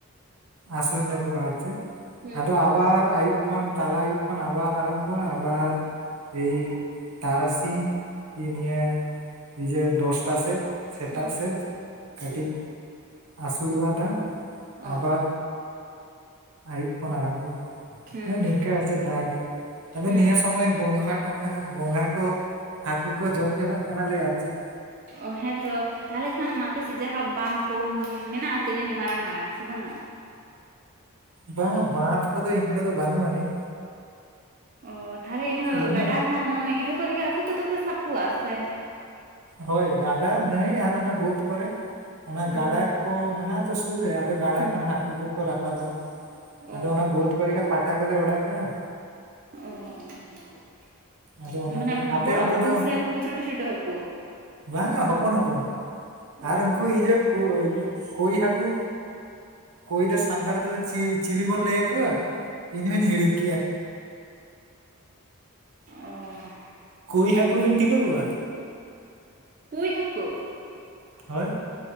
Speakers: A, on the right (about 80°); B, on the right (about 40°).
A: ᱟᱹᱥᱩᱲ ᱧᱚᱜᱚᱜᱼᱟ ᱟᱨ ᱪᱮ
B: ᱦᱩᱸ
A: ᱟᱫᱚ ᱟᱵᱟᱨ ᱟᱹᱭᱩᱵ ᱠᱷᱚᱱ ᱛᱟᱞᱟ ᱟᱭᱩᱵ ᱠᱷᱚᱱ ᱟᱵᱟᱨ ᱟᱨᱟᱢᱵᱷᱚ ᱟ ᱟᱵᱟᱨ ᱮᱹᱭ ᱛᱟᱨᱟᱥᱤᱧ ᱠᱤ ᱱᱤᱭᱟᱹ ᱡᱮ ᱫᱚᱥ ᱴᱟ ᱥᱮᱫ ᱥᱮᱛᱟᱜ
B: ᱦᱩᱸ
A: ᱥᱮᱫ ᱠᱟᱹᱴᱤᱡ
B: ᱦᱩᱸ
A: ᱟᱹᱥᱩᱲᱚᱜᱼᱟ ᱫᱟᱜ
B: ᱚ
A: ᱟᱵᱟᱨ ᱟᱹᱭᱩᱵ ᱠᱷᱚᱱ ᱟᱨᱚᱵᱚᱜᱼᱟ
B: ᱦᱩᱸ
A: ᱦᱮᱸ ᱱᱤᱝᱠᱟᱹ ᱟᱨ ᱪᱮᱫ ᱫᱟᱜᱮ ᱟᱫᱚ
B: ᱦᱩᱸ
A: ᱱᱤᱭᱟᱹ ᱥᱚᱢᱚᱭ ᱜᱚᱸᱜᱷᱟ ᱴᱚᱝᱜᱷᱟ ᱜᱚᱹᱜᱷᱟ ᱠᱚ ᱦᱟᱹᱠᱩ ᱠᱚ ᱡᱚᱢ ᱡᱚᱝᱟᱜ ᱠᱟᱱᱟᱞᱮ ᱟᱨ ᱪᱮᱫ
B: ᱚᱻ ᱦᱮᱸ ᱛᱚ ᱛᱟᱦᱞᱮ ᱠᱷᱟᱱ ᱟᱯᱮ ᱥᱮᱫ ᱡᱟᱦᱟᱸ ᱵᱟᱸᱫ ᱠᱚ ᱢᱮᱱᱟᱜ ᱟᱛᱮ ᱡᱟᱹᱱᱤᱡ ᱢᱟᱨᱟᱝ ᱢᱟᱨᱟᱝ ᱥᱮ ᱵᱟᱹᱱᱩᱜᱼᱟ
A: ᱵᱟᱝᱟ ᱵᱟᱸᱫ ᱠᱚᱫᱚ ᱤᱱᱠᱟᱹ ᱫᱚ ᱵᱟᱹᱱᱩᱜ ᱟᱹᱱᱤᱡ
B: ᱚ ᱛᱟᱦᱞᱮ ᱤᱱᱟᱹ
A: ᱮᱢᱱᱤ
B: ᱜᱟᱰᱟ ᱡᱟᱦᱟᱱᱟᱜ ᱤᱱᱟᱹ ᱠᱚᱨᱮ ᱜᱮ ᱦᱟᱹᱠᱩ ᱠᱚᱫᱚ ᱯᱮ ᱥᱟᱵ ᱠᱚᱣᱟ ᱥᱮ
A: ᱦᱳᱭ ᱜᱟᱰᱟ ᱱᱟᱹᱭ ᱟᱨ ᱚᱱᱟ ᱵᱟᱹᱫ ᱠᱚᱨᱮ ᱚᱱᱟ
B: ᱚ
A: ᱜᱟᱰᱟ ᱠᱚ ᱢᱮᱱᱟᱜ-ᱟ ᱛᱚ ᱥᱩᱨ ᱨᱮ ᱟᱫᱚ ᱜᱟᱰᱟ
B: ᱦᱩᱸ
A: ᱠᱷᱚᱱ ᱦᱟᱹᱠᱩ ᱠᱚᱠᱚ ᱨᱟᱠᱟᱵ-ᱟ
B: ᱚ
A: ᱟᱫᱚ ᱚᱱᱟ ᱵᱟᱹᱫ ᱠᱚᱨᱮ ᱜᱮ ᱯᱟᱴᱟ ᱠᱚᱞᱮ ᱚᱰᱟ ᱠᱟᱜᱼᱟ
B: ᱚ ᱚ
A: ᱟᱫᱚ ᱚᱱᱟ
B: ᱚ ᱢᱟᱱᱮ
A: ᱠᱚᱨᱮ ᱟᱯᱮ
B: ᱵᱚᱲᱚ
A: ᱚᱱᱛᱮ
B: ᱦᱟᱹᱠᱩ
A: ᱫᱚ
B: ᱥᱮ ᱩᱱᱠᱩ ᱪᱷᱳᱴᱚ ᱪᱷᱳᱴᱚ ᱦᱟᱹᱠᱩ
A: ᱵᱟᱝᱟ ᱦᱚᱯᱚᱱ ᱦᱚᱯᱚᱱ
B: ᱚ
A: ᱟᱨ ᱩᱝᱠᱩ
B: ᱠᱟᱹᱴᱤᱡ
A: ᱤᱭᱟᱹ ᱠᱚ ᱠᱳᱭ ᱦᱟᱹᱠᱩ ᱠᱳᱭ ᱫᱚ ᱥᱟᱱᱛᱟᱲ ᱛᱮᱫᱚ ᱪᱤ ᱪᱤᱞᱤ ᱵᱚᱱ ᱞᱟᱹᱭᱟ ᱠᱚᱣᱟ ᱤᱧ ᱦᱚᱧ ᱦᱤᱲᱤᱧ ᱠᱮᱜᱼᱟ
B: ᱚᱻ
A: ᱠᱳᱭ ᱦᱟᱹᱠᱩ ᱵᱤᱱ ᱴᱷᱤᱠᱟᱹ ᱠᱚᱣᱟ
B: ᱠᱳᱭ ᱦᱟᱹᱠᱩ,
A: ᱦᱳᱭ